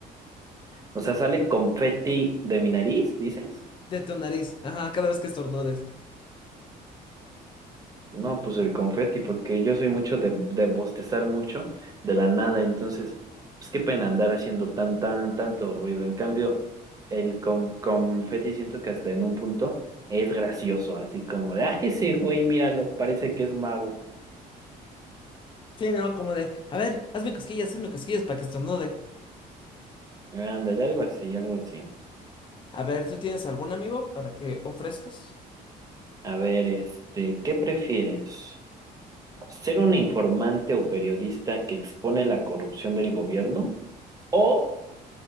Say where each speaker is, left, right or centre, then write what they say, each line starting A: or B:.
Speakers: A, on the right; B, on the left.
A: O sea, ¿sale confeti de mi nariz, dices?
B: De tu nariz, ajá, cada vez que estornudes.
A: No, pues el confeti, porque yo soy mucho de, de bostezar mucho de la nada, entonces, pues qué pena andar haciendo tan, tan, tanto ruido. En cambio, el con- confeti siento que hasta en un punto es gracioso, así como de, ah, ese güey, míralo, parece que es mago.
B: Sí, ¿no? Como de, a ver, hazme cosquillas, hazme cosquillas para que estornude.
A: Ándale, algo así, algo así.
B: A ver, ¿tú tienes algún amigo para que ofrezcas?
A: A ver, este, ¿qué prefieres? ¿Ser un informante o periodista que expone la corrupción del gobierno? ¿O